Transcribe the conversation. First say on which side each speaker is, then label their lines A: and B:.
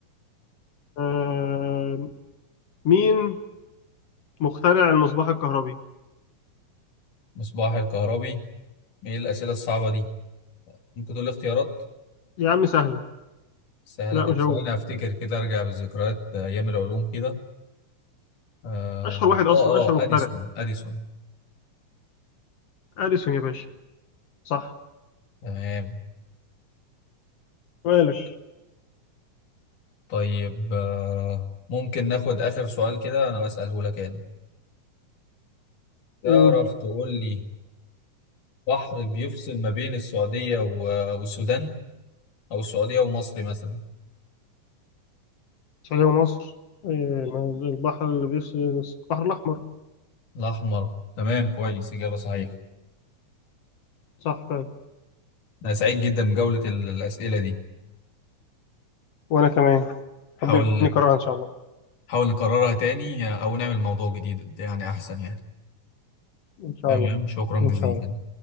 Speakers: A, on the left; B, on the left.
A: آه، مين مخترع المصباح الكهربي
B: مصباح الكهربي ايه الأسئلة الصعبة دي ممكن تقول لي اختيارات
A: يا عم سهلة
B: سهلة
A: لا
B: طب
A: مش
B: ثواني
A: هو
B: افتكر كده ارجع بالذكريات ايام العلوم كده اه
A: أشهر واحد أصلا
B: اه
A: أشهر
B: آه،
A: مخترع
B: اديسون اديسون
A: أديسون يا باشا صح
B: تمام
A: سؤالك
B: طيب آه ممكن ناخد اخر سؤال كده انا اساله لك انا تعرف
A: قول
B: تقول لي بحر بيفصل ما بين السعودية و- والسودان او السعودية ومصر مثلا
A: السعودية ومصر آه، البحر اللي بيص البحر الأحمر
B: الاحمر تمام كويس اجابة صحيحة
A: صح فعلا
B: انا سعيد جدا بجولة ال- الأسئلة دي
A: وأنا كمان حبيبني
B: حاول
A: كراها ان شاء الله
B: حاول نكررها تاني او نعمل موضوع جديد يعني احسن يعني
A: ان شاء
B: تمام
A: الله
B: شكرا
A: ان
B: جزيلا
A: شاء الله